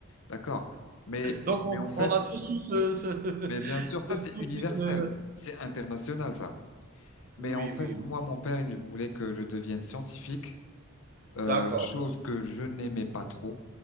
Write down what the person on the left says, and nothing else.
D'accord? Mais,
mais en fait,
mais
bien sûr,
ça, c'est
universel.
C'est international, ça. Mais
en fait,
moi, mon père, il voulait que je devienne scientifique. Euh,
chose que je n'aimais pas trop